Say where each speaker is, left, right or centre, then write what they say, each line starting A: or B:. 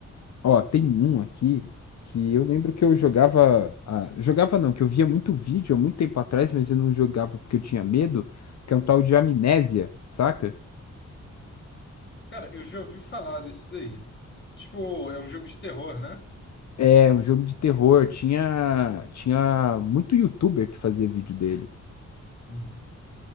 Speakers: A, on the left; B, on the left.
A: Ó, tem um aqui que eu lembro que eu jogava. ah, jogava não, que eu via muito vídeo há muito tempo atrás, mas eu não jogava porque eu tinha medo, que é um tal de Amnésia, saca?
B: Cara, eu já ouvi falar desse daí. Tipo, é um jogo de terror, né?
A: É um jogo de terror. Tinha, tinha muito youtuber que fazia vídeo dele.
B: Uhum.